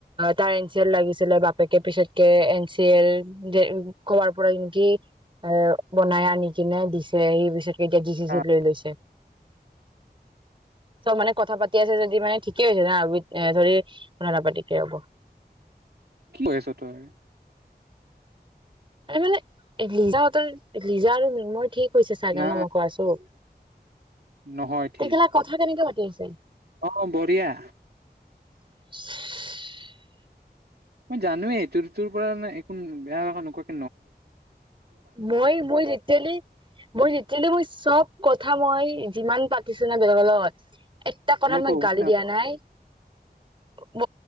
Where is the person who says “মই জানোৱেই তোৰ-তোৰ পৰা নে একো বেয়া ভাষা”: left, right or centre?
Right